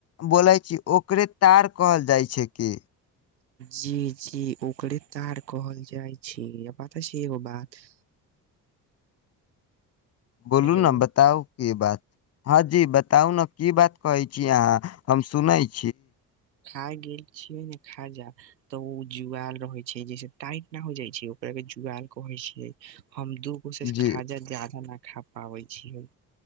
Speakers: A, on the left (about 35°); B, on the right (about 85°).
A: बोलै छी, ओकरे तार कहल जाइत छै कि।
B: जी-जी ओकरे तार कहल जाइ छै, आ पता छै एगो बात।
A: बोलू
B: हेलो
A: न,
B: ओ
A: बताउ की बात हँ जी बताउ न की बात। कहै छी अहाँ, हम सुनै छी।
B: खा गेल छियै ने खाजा। तऽ ओ जुआाल रहै छै, जैसे टाइट न हो जाइ छै ओकरा के जुआाल कहै छियै हम दु। ओशेश,
A: जी
B: खाजा जादा नहि खा पाबै छीयै।